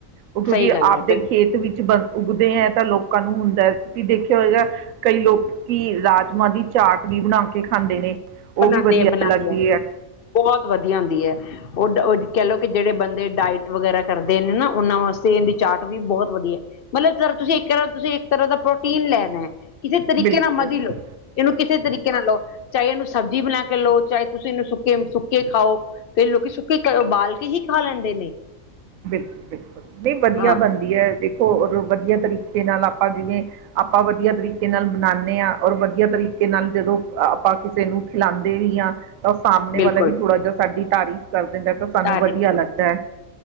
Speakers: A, on the right; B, on the left.
A: ਉਹ ਕਿਉਂਕਿ
B: ਸਹੀ ਗੱਲ
A: ਆਪਦੇ
B: ਹੈ ਬਿਲਕੁਲ
A: ਖੇਤ ਵਿਚ ਬ ਉੱਗਦੇ ਐ। ਤਾਂ ਲੋਕਾਂ ਨੂੰ ਹੁੰਦਾ, ਤੁਸੀਂ ਦੇਖਿਆ ਹੋਏਗਾ ਕਈ ਲੋਕ ਕਿ ਰਾਜਮਾਂਹ ਦੀ ਚਾਟ ਵੀ ਬਣਾ ਕੇ ਖਾਂਦੇ ਨੇ, ਉਹ
B: ਬਣਾਉਂਦੇ
A: ਵੀ ਵਧੀਆ
B: ਆ ਬਣਾਉਂਦੇ
A: ਲੱਗਦੀ
B: ਆ
A: ਐ।
B: ਬਹੁਤ ਵਧੀਆ ਹੁੰਦੀ ਐ। ਉਹ, ਉਹ ਕਹਿ ਲਓ। ਕਿ ਜੇੜੇ ਬੰਦੇ ਡਾਇਟ ਵਗੈਰਾ ਕਰਦੇ ਨੇ ਨਾ, ਉਹਨਾਂ ਵਾਸਤੇ ਐਂਹਦੀ ਚਾਰਟ ਵੀ ਬਹੁਤ ਵਧੀਆ ਮਤਲਬ ਜ ਤੁਸੀਂ ਇੱਕ ਤਰ੍ਹਾਂ -ਤੁਸੀਂ ਇੱਕ ਤਰ੍ਹਾਂ ਦਾ ਪ੍ਰੋਟੀਨ ਲੈਨਾ ਕਿਸੇ ਤਰੀਕੇ
A: ਬਿਲਕੁਲ
B: ਨਾਲ ਮਰਜ਼ੀ
A: ਬਿਲਕੁਲ
B: ਲਓ। ਇਹਨੂੰ ਕਿਸੇ ਤਰੀਕੇ ਨਾਲ ਲਓ, ਚਾਹੇ ਇਹਨੂੰ ਸਬਜ਼ੀ ਬਣਾ ਕੇ ਲਓ, ਚਾਹੇ ਤੁਸੀਂ ਇਹਨੂੰ ਸੁੱਕੇ, ਸੁੱਕੇ ਖਾਓ। ਕਈ ਲੋਕੀ ਸੁੱਕੇ, ਉਬਾਲ ਕੇ ਹੀ ਖਾ ਲੈਂਦੇ ਨੇ।
A: ਬਿਲਕੁਲ- ਬਿਲਕੁਲ, ਨਹੀਂ ਵਧੀਆ
B: ਹਾਂ
A: ਬਣਦੀ ਐ, ਦੇਖੋ ਅਗਰ ਵਧੀਆ ਤਰੀਕੇ ਨਾਲ ਆਪਾਂ ਜਿਵੇਂ ਆਪਾਂ ਵਧੀਆ ਤਰੀਕੇ ਨਾਲ ਬਨਾਉਦੇ ਆਂ। ਔਰ ਵਧੀਆ ਤਰੀਕੇ ਨਾਲ ਜਦੋਂ ਆਪਾਂ ਕਿਸੇ ਨੂੰ ਖਿਲਾਂਂਦੇ ਵੀ ਆਂ। ਤਾਂ ਸਾਹਮਣੇ
B: ਬਿਲਕੁਲ
A: ਵਾਲਾ ਵੀ ਥੋੜ੍ਹਾ ਜਿਹਾ ਸਾਡੀ ਤਾਰੀਫ਼ ਕਰ ਦਿੰਦਾ ਤਾਂ ਸਾਨੂੰ
B: ਤਾਰੀਫ਼
A: ਵਧੀਆ ਲੱਗਦਾ ਐ।